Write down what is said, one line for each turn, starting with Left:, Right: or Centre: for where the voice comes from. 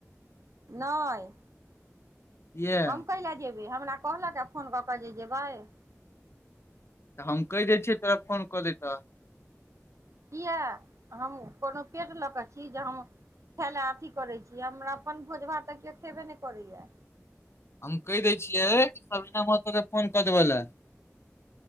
Right: नैय
Left: इएह
Right: हम कयिला जैब हमरा कहलक फोन कऽ कऽ जेबै
Left: तऽ हम कहि दै छियै तोरा फोन कऽ देतऽ
Right: किया हम कोनो पेट लऽ कऽ छी, जे हम खाय ल अथी करैत छी, हमरा अपन भोज भा तऽ केओ खेबे नहि करैया
Left: हम कहि दै छियै, सविता महतो के फोन क देबेला